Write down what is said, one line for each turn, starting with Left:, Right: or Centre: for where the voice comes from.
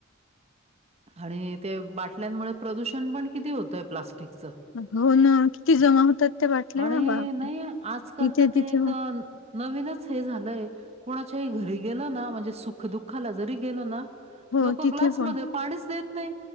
Right: आणि ते बाटल्यांमुळे प्रदूषण पण किती होतंय प्लास्टिकचं.
Left: हो ना किती जमा होतात त्या बाटल्या
Right: आणि
Left: बापरे
Right: नाही आजकाल
Left: इथे
Right: तर ते
Left: तिथे
Right: एक,
Left: ह
Right: नवीनच हे झालंय कोणाच्याही घरी गेल ना म्हणजे सुख दुःखाला जरी गेलो ना,
Left: हो
Right: लोक
Left: तिथे
Right: ग्लासमध्येध्ये
Left: पण
Right: पाणीच देत नाही